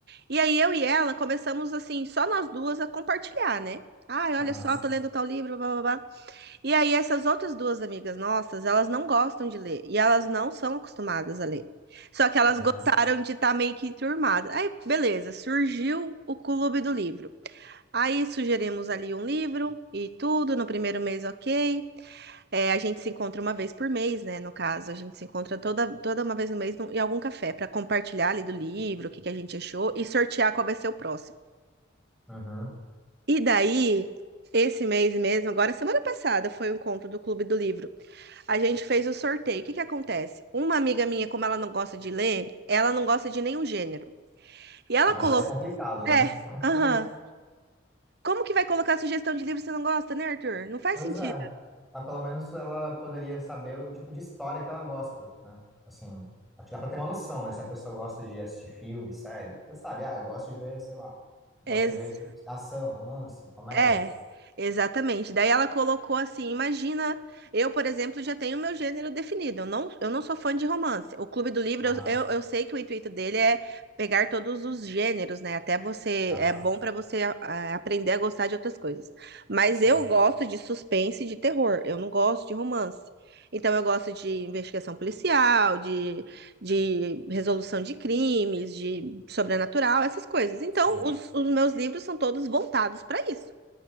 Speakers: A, on the right; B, in the centre.
A: E aí eu e ela começamos assim, só nós duas a compartilhar, né? Ai,
B: Aham,
A: olha só, tô lendo tal livro, blá, blá, blá. E aí essas outras duas amigas nossas, elas não gostam de ler e elas não são acostumadas a ler. Só que elas
B: aham,
A: gostaram de estar meio que turmada. Aí, beleza, surgiu o clube do livro. Aí sugerimos ali um livro e tudo, no primeiro mês, ok. É, a gente se encontra uma vez por mês, né? No caso, a gente se encontra toda, toda uma vez no mês num- em algum café para compartilhar ali do livro, o que que a gente achou e sortear qual vai ser o próximo.
B: aham.
A: E daí, esse mês mesmo, agora semana passada foi o encontro do Clube do Livro. A gente fez o sorteio. O que que acontece? Uma amiga minha, como ela não gosta de ler, ela não gosta de nenhum gênero. E ela
B: Ah, mas
A: colocou.
B: aí é complicado,
A: É,
B: né? Como é
A: aham.
B: que vai?
A: Como que vai colocar sugestão de livro se não gosta, né, Arthur? Não faz
B: Pois
A: sentido.
B: é. Mas pelo menos ela poderia saber o tipo de história que ela gosta, né? Assim, acho que dá pra ter uma noção, né? Se a pessoa gosta de assistir filme, série, você sabe, ah, eu gosto de ver, sei lá, gosto
A: Exato.
B: de ver ação, romance, comédia.
A: É, exatamente. Daí ela colocou assim: imagina, eu, por exemplo, já tenho meu gênero definido. Eu não, eu não sou fã de romance. O Clube do Livro,
B: Aham,
A: eu, eu, eu sei que o intuito dele é pegar todos os gêneros, né? Até você,
B: aham,
A: é bom pra você ah, aprender a gostar de outras coisas. Mas
B: sim,
A: eu gosto de suspense e de terror. Eu não gosto de romance. Então, eu gosto de investigação policial, de, de resolução de crimes, de sobrenatural, essas coisas. Então,
B: sim.
A: os, os meus livros são todos voltados para isso.